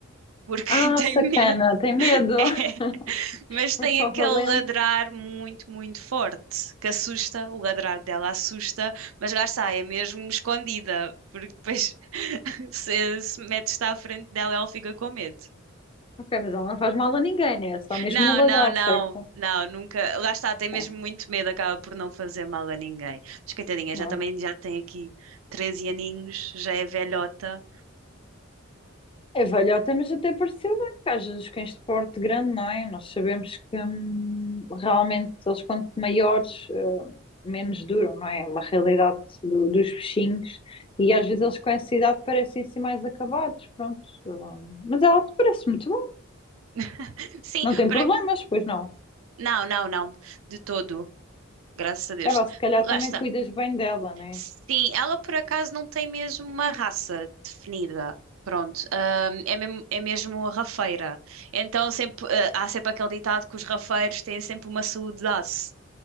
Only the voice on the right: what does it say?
porque
<laughs> tem
medo,
<laughs>
mas tem
aquele
ladrar muito, muito forte, que assusta, o ladrar dela assusta, mas lá está, é mesmo escondida, porque depois <laughs> se, se metes-te à frente dela, ela fica com medo.
Não,
não, não,
não, nunca. Lá está,
tem mesmo muito medo, acaba por não fazer mal a ninguém. Mas coitadinha,
já também já tem aqui 13 aninhos, já é velhota.
<laughs> Sim,
para.
Não, não, não, de todo, graças a Deus.
Lá
está.
Sim, ela por acaso não tem mesmo uma raça definida. Pronto, Ahm, é mesmo, é mesmo rafeira. Então sempre, ah, há sempre aquele ditado que os rafeiros têm sempre uma saúde de aço.